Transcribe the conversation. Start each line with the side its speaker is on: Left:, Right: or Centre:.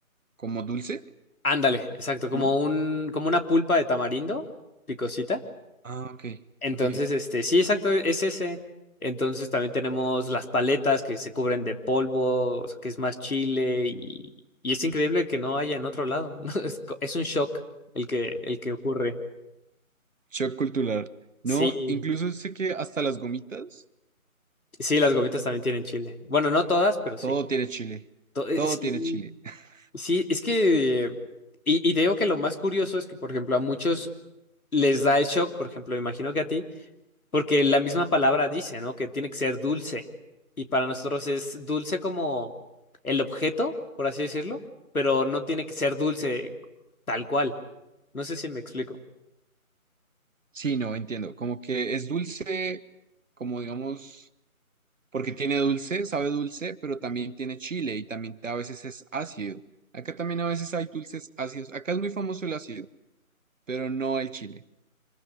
Right: como dulce,
Left: Ándale, exacto, como
Right: ¿no?
Left: un, como una pulpa de tamarindo, picosita.
Right: Ah, ok,
Left: Entonces,
Right: ok.
Left: este, sí, exacto, e, es ese. Entonces también tenemos las paletas que se cubren de polvo, o sea, que es más chile y, y es increíble que no haya en otro lado. <laughs> ¿no? Es, co- es un shock el que, el que ocurre.
Right: Shock cultural.
Left: Sí,
Right: No, incluso sé que hasta las gomitas.
Left: sí, las gomitas también tienen chile. Bueno, no todas, pero sí.
Right: Todo tiene chile,
Left: To- eh,
Right: todo
Left: sí,
Right: tiene chile. <laughs>
Left: sí, es que... Y, y te digo que lo más curioso es que, por ejemplo, a muchos les da el shock, por ejemplo, imagino que a ti Porque la misma palabra dice, ¿no? Que tiene que ser dulce. Y para nosotros es dulce como el objeto, por así decirlo, pero no tiene que ser dulce tal cual. No sé si me explico.
Right: Sí, no, entiendo. Como que es dulce, como digamos, porque tiene dulce, sabe dulce, pero también tiene chile y también a veces es ácido. Acá también a veces hay dulces ácidos. Acá es muy famoso el ácido, pero no el chile.